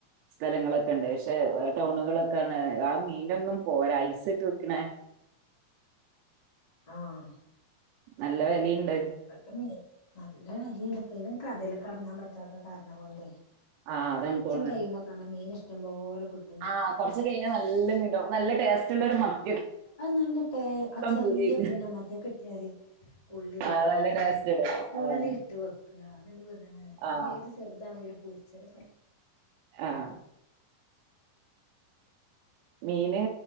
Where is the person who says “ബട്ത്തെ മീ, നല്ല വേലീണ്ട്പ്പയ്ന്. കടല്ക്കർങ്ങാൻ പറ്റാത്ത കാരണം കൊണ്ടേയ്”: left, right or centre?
Left